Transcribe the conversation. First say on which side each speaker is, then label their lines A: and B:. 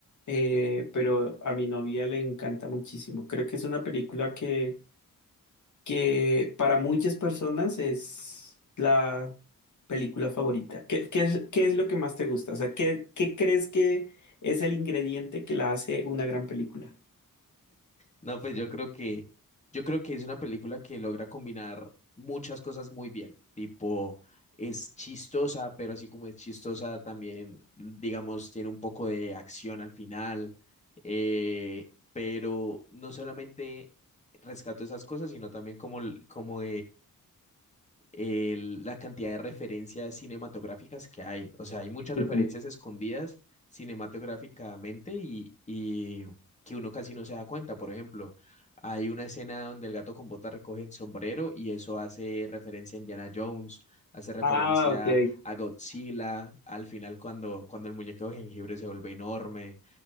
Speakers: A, on the left (about 60°); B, on the left (about 20°).
A: eh, pero a mi novia le encanta muchísimo. Creo que es una película que, que para muchas personas es la película favorita. ¿Qué, qué es, qué es lo que más te gusta? O sea, ¿qué, qué crees que es el ingrediente que la hace una gran película?
B: No, pues yo creo que, yo creo que es una película que logra combinar muchas cosas muy bien. Tipo, es chistosa, pero así como es chistosa, también, digamos, tiene un poco de acción al final. eh, pero no solamente rescato esas cosas, sino también como, el- como el- la cantidad de referencias cinematográficas que hay. O sea, hay muchas
A: <laughs>
B: referencias escondidas cinematográficamente y, y que uno casi no se da cuenta. Por ejemplo, hay una escena donde el gato con botas recoge el sombrero y eso hace referencia a Indiana Jones, hace referencia
A: Ah, ok.
B: a Godzilla, al final cuando, cuando el muñeco de jengibre se vuelve enorme.